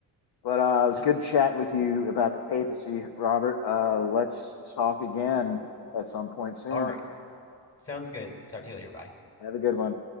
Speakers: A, on the left; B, on the left.
A: But uh, it was
B: <laughs>
A: good chatting with you about the papacy, Robert. Uh, let's talk again at some point soon.
B: All right. Sounds good. Talk to you later. Bye.
A: Have a good one.